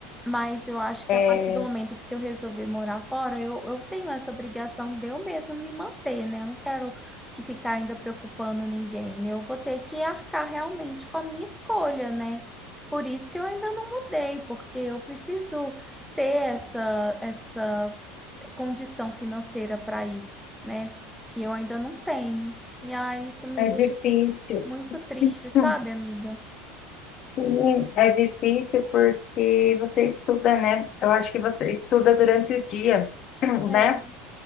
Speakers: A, in the centre; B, on the left.
A: Mas eu acho que
B: É,
A: a partir do momento que se eu resolver morar fora, eu, eu tenho essa obrigação de eu mesma me manter, né? Eu não quero que ficar ainda preocupando ninguém. Eu vou ter que arcar realmente com a minha escolha, né? Por isso que eu ainda não mudei, porque eu preciso ter essa, essa condição financeira para isso, né? E eu ainda não tenho. E aí isso me
B: é
A: deixa
B: difícil.
A: assim muito triste, sabe,
B: Hum,
A: amiga?
B: Sim, É difícil porque você estuda, né? Eu acho que você estuda durante o dia, <clears throat>
A: É,
B: né?